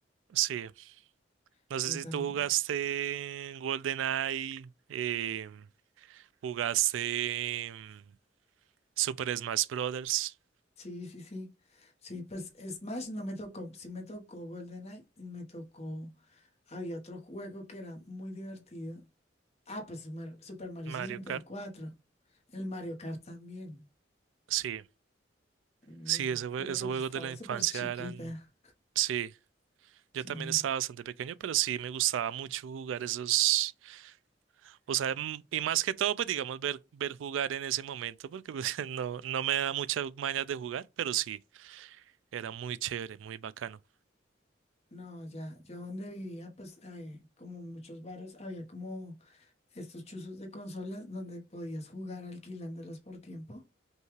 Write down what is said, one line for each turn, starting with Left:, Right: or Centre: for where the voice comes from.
Right: Sí, no
Left: Sí,
Right: sé si
Left: también.
Right: tú jugaste GoldenEye, em, ¿Jugaste mm, Super Smash Brothers?
Left: Sí, sí, sí. Sí, pues Smash no me tocó. Sí me tocó GoldenEye y me tocó. Había otro juego que era muy divertido. Ah, pues Super, Super Mario
Right: Mario
Left: 64.
Right: Kart.
Left: El Mario Kart también,
Right: Sí,
Left: en
Right: sí,
Left: esos.
Right: ese jue-
Left: Pero
Right: esos
Left: pues
Right: juegos
Left: yo estaba
Right: de la infancia
Left: súper chiquita.
Right: eran... Sí,
Left: Sí.
Right: yo también estaba bastante pequeño, pero sí me gustaba mucho jugar esos... O sea, mm, y más que todo, pues digamos, ver, ver jugar en ese momento, porque pues, <laughs> no, no me da muchas mañas de jugar, pero sí, era muy chévere, muy bacano.
Left: No, ya, yo donde vivía, pues eh, como muchos barrios, había como estos chuzos de consolas donde podías jugar alquilándolas por tiempo.